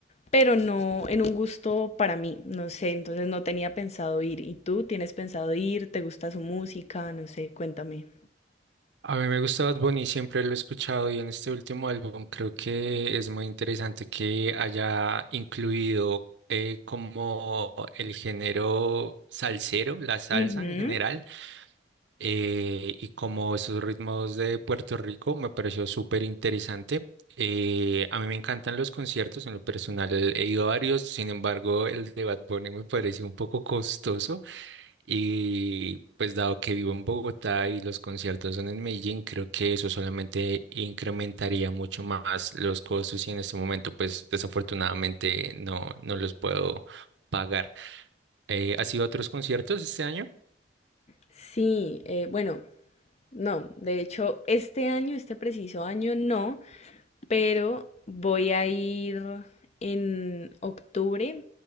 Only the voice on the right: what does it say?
A mí me gusta Bad Bunny, siempre lo he escuchado y en este último álbum creo que es muy interesante que haya incluido eh, como el género salsero, la salsa
en general eh, y como esos ritmos de Puerto Rico me pareció súper interesante. Eh, a mí me encantan los conciertos, en lo personal he ido a varios, sin embargo el de Bad Bunny me parece un poco costoso y pues dado que vivo en Bogotá y los conciertos son en Medellín, creo que eso solamente incrementaría mucho más los costos y en este momento pues desafortunadamente no, no los puedo pagar. Eh, ¿has ido a otros conciertos este año?